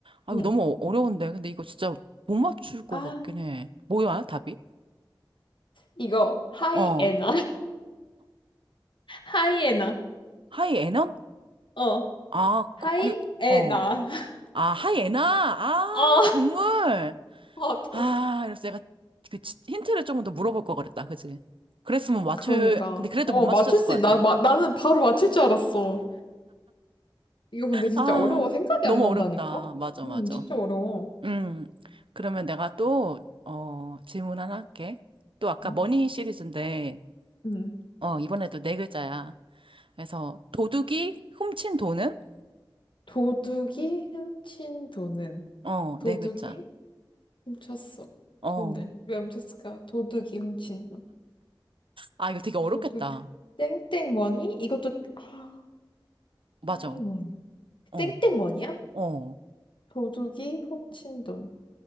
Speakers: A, on the right; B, on the left.
A: 아,
B: 응.
A: 이거 너무 어- 어려운데. 근데 이거 진짜 못 맞출 것
B: 아,
A: 같긴 해. 뭐야, 답이?
B: 이거 하이에나.
A: 어, 어?
B: <laughs> 하이에나.
A: 하이 에넌?
B: 어.
A: 아,
B: 하이에나.
A: 그, 그, 어.
B: <laughs>
A: 아, 하이 에나? 아,
B: 어.
A: 동물!
B: 아, 동-
A: 아, 이래서 내가 그 치- 힌트를 조금 더 물어볼 걸 그랬다. 그지? 그랬으면 맞출,
B: 그러니까.
A: 근데 그래도
B: 어,
A: 못 맞추셨을
B: 맞출 수
A: 것
B: 있... 나,
A: 같아.
B: 마, 나는 바로 맞출 줄 알았어. 이거 근데 진짜
A: 아,
B: 어려워. 생각이
A: 너무
B: 안 난다니까?
A: 어렵다. 맞아,
B: 음,
A: 맞아.
B: 진짜 어려워.
A: 음, 그러면 내가 또, 어, 질문 하나 할게. 또 아까
B: 응?
A: 머니 시리즈인데,
B: 응.
A: 어, 이번에도 네 글자야. 그래서 도둑이 훔친 돈은?
B: 도둑이 훔친 돈은
A: 어,
B: 도둑이
A: 네 글자.
B: 훔쳤어.
A: 어.
B: 돈을. 왜 훔쳤을까? 도둑이 훔친다.
A: 아, 이거 되게 어렵겠다.
B: 도둑이. 땡땡머니? 이것도, 아,
A: 맞아.
B: 아이머니.
A: 어,
B: 땡땡머니야?
A: 어.
B: 도둑이 훔친 돈.